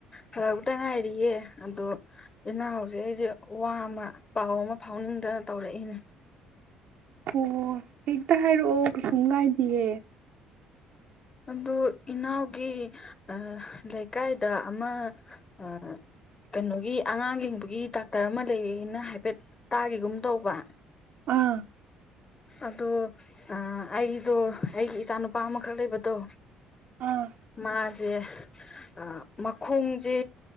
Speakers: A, on the left (about 30°); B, on the right (about 55°).
A: ꯍꯥꯜꯂꯛꯕꯇ ꯉꯥꯏꯔꯤꯌꯦ ꯑꯗꯣ ꯏꯅꯥꯎꯁꯦ ꯑꯩꯁꯦ ꯋꯥ ꯑꯃ ꯄꯥꯎ ꯑꯃ ꯐꯥꯎꯅꯤꯡꯗꯅ ꯇꯧꯔꯛꯏꯅꯦ
B: ꯑꯣ ꯍꯦꯛꯇ ꯍꯥꯏꯔꯛꯑꯣ ꯀꯩꯁꯨꯝ ꯀꯥꯏꯗꯤꯌꯦ
A: ꯑꯗꯨ ꯏꯅꯥꯎꯒꯤ ꯑꯥ ꯂꯩꯀꯥꯏꯗ ꯑꯃ ꯑꯥ ꯀꯩꯅꯣꯒꯤ ꯑꯉꯥꯡ ꯌꯦꯡꯕꯒꯤ ꯗꯥꯛꯇꯥꯔ ꯑꯃ ꯂꯩꯌꯦꯅ ꯍꯥꯏꯐꯦꯠ ꯇꯥꯒꯤꯒꯨꯝ ꯇꯧꯕ
B: ꯑꯥ
A: ꯑꯗꯣ ꯑꯥ ꯑꯩꯗꯣ ꯑꯩꯒꯤ ꯏꯆꯥ ꯅꯨꯨꯄꯥ ꯑꯃꯈꯛ ꯂꯩꯕꯗꯣ
B: ꯑꯥ
A: ꯃꯥꯁꯦ ꯑꯥ ꯃꯈꯣꯡꯁꯦ